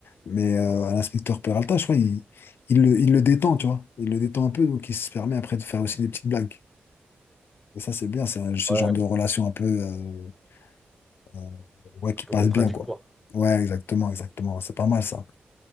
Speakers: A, on the left; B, in the centre.
A: mais euh, à l'inspecteur Peralta, je crois il il le, il le détend, tu vois. Il le détend un peu, donc il se permet après de faire aussi des petites blagues. Et ça, c'est bien, c'est un- ce
B: Ouais,
A: genre de
B: un
A: relation un peu. euh, euh, ouais, qui passe
B: peu contradictoire.
A: bien, quoi. Ouais, exactement, exactement. C'est pas mal, ça.